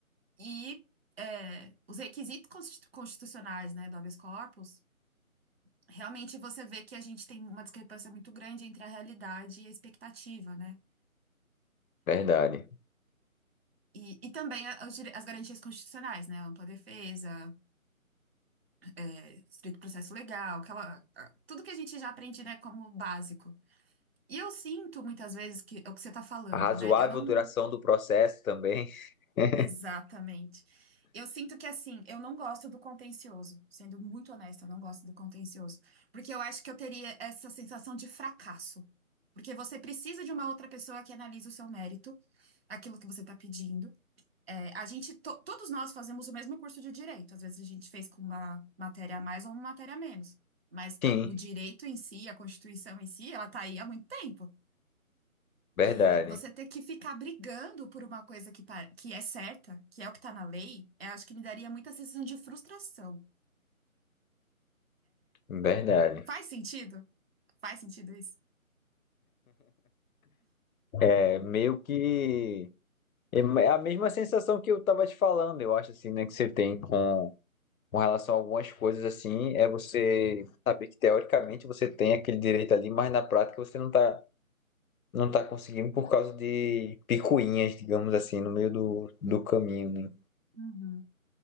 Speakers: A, on the right; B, on the left.
A: E é, os requisitos constitu- constitucionais, né, do habeas corpus, realmente você vê que a gente tem uma discrepância muito grande entre a realidade e a expectativa, né?
B: verdade.
A: E, e também a- os dire- as garantias constitucionais, né? Ampla defesa, é, estrito processo legal, aquela, a- tudo que a gente já aprende, né, como básico. E eu sinto muitas vezes que é o que você está falando,
B: A razoável
A: né? Eu não.
B: duração do processo também. <laughs>
A: Exatamente. Eu sinto que, assim, eu não gosto do contencioso. Sendo muito honesta, eu não gosto do contencioso. Porque eu acho que eu teria essa sensação de fracasso. Porque você precisa de uma outra pessoa que analise o seu mérito, aquilo que você está pedindo. É, a gente, to- todos nós fazemos o mesmo curso de direito. Às vezes a gente fez com uma matéria a mais ou uma matéria a menos. Mas
B: Sim,
A: a- o direito em si, a Constituição em si, ela tá aí há muito tempo.
B: verdade.
A: E você ter que ficar brigando por uma coisa que, pa- que é certa, que é o que tá na lei, eu acho que me daria muita sensação de frustração.
B: Verdade.
A: Faz sentido? Faz sentido isso?
B: É meio que. É a mesma sensação que eu tava te falando, eu acho, assim, né? Que você tem com, com relação a algumas coisas, assim, é você saber que teoricamente você tem aquele direito ali, mas na prática você não tá não tá conseguindo por causa de picuinhas, digamos assim, no meio do, do caminho, né?
A: Uhum.